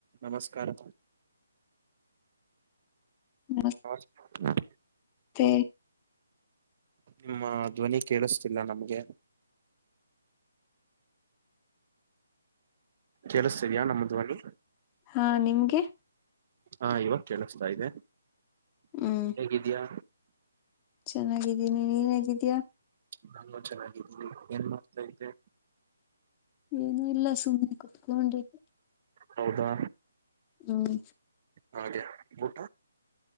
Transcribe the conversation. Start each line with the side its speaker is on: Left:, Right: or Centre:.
Right: ನಮಸ್ಕಾರ.
Left: ನಮಸ್.
Right: ಹಾ. <inaudible>
Left: ತ್ತೆ.
Right: ನಿಮ್ಮ ಧ್ವನಿ ಕೇಳಿಸ್ತಿಲ್ಲ ನಮ್ಗೆ. ಕೇಳ್ತೀಿದೆಯಾ ನಮ್ಮ್ ದ್ವನಿ.
Left: ಹಾ ನಿಮ್ಗೆ.
Right: ಹಾ ಇವಾಗ ಕೇಳಿಸ್ತ ಇದೆ.
Left: ಹ್ಮ್.
Right: ಹೇಗಿದಿಯಾ.
Left: ಚೆನ್ನಾಗಿದ್ದೀನಿ ನೀನ್ ಹೇಗಿದ್ದೀಯಾ.
Right: ನಾನು ಚೆನ್ನಾಗಿದಿನಿ ಏನ್ ಮಾಡ್ತಾ ಇದೆ.
Left: ಏನು ಇಲ್ಲ ಸುಮ್ನೆ ಕುೂತ್ಕೊಂಡಿದ್.
Right: ಹೌದಾ
Left: ಹ್ಮ್
Right: ಹಾಗೆ ಊಟ.